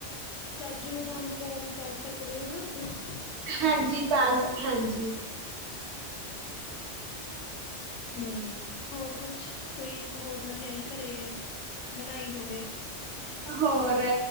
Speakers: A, on the left (about 80°); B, on the right (about 70°).
A: ਕਾਜੂ, ਬਦਾਮ ਵਗੈਰਾ ਵੀ ਪਾ ਸਕਦੇ ਨਾ ਆਪਣਾ
B: ਹਾਂਜੀ, ਪਾ ਸ ਹਾਂਜੀ।
A: ਹੂੰ ਹੋਰ ਕੁਛ? ਕੋਈ ਹੋਰ ਮਠਿਆਈ ਘਰੇ ਬਣਾਈ ਹੋਵੇ।
B: ਹੋਰ